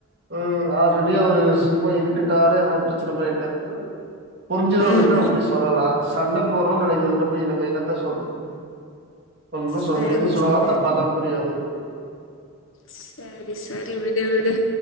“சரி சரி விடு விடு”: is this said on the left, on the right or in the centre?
Left